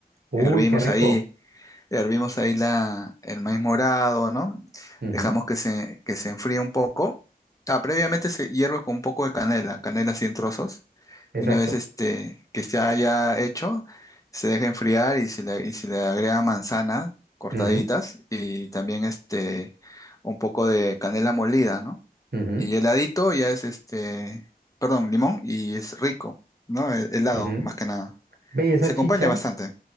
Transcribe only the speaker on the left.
Hervimos
ahí, hervimos ahí la, el maíz morado, ¿no?
Dejamos que se, que se enfríe un poco. Ah, previamente se hierve con un poco de canela, canela así en trozos.
Y una vez este, que se haya hecho, se deja enfriar y se le, y se le agrega manzana cortaditas
y también este, un poco de canela molida, ¿no?
Y heladito ya es este, perdón, limón y es rico, ¿no? He- Helado,
más que nada.
Se acompaña
bastante.